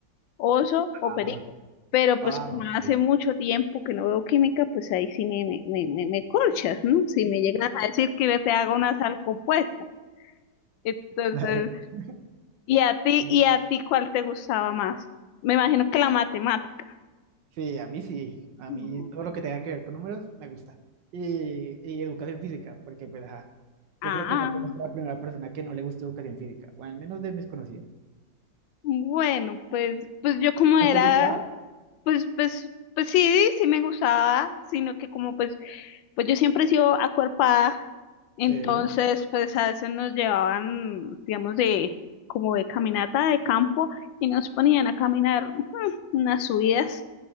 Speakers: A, on the left; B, on the right.
A: oso o
B: Ah,
A: perico. Pero
B: ah,
A: pues como
B: ok,
A: hace mucho tiempo que no veo química, pues ahí sí me, me, me, me- me corchas, ¿no? Si me llegas a decir que yo te haga una sal compuesta. Entonces,
B: <laughs>
A: ¿y a ti,
B: claro.
A: y a ti cuál te gustaba más? Me imagino que la matemática.
B: Sí, a mí sí. A
A: Mm,
B: mí todo lo que tenga que ver con números me gusta. Y, y educación física, porque pues ajá,
A: Ah.
B: yo creo que no conozco a la primera persona que no le guste educación física, o al menos de mis conocidos.
A: Bueno, pues, pues yo como era,
B: ¿No te gustaba?
A: pues, pues, pues sí, sí me gustaba, sino que como pues, pues yo siempre he sido acuerpada, entonces
B: Sí.
A: pues a veces nos llevaban, digamos, de, como de caminata de campo y nos ponían a caminar mm, unas subidas